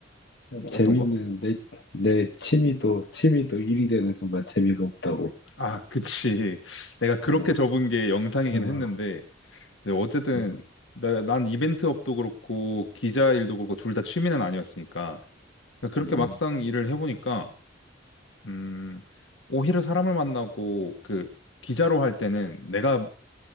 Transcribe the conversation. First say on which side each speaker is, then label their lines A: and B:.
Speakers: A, on the left (about 75°); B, on the left (about 60°).
A: 어떤
B: 재밌는
A: 거?
B: 내, 내 취미도 취미도 일이 되는 순간 재미가 없다고.
A: 아, 그치. <laughs> 내가 그렇게
B: 아,
A: 접은 게 영상이긴
B: 아,
A: 했는데, 근데 어쨌든
B: 음,
A: 나, 난 이벤트 업도 그렇고 기자 일도 그렇고 둘 다 취미는 아니었으니까 그렇게
B: 그지?
A: 막상 일을 해보니까 음 오히려 사람을 만나고 그 기자로 할 때는 내가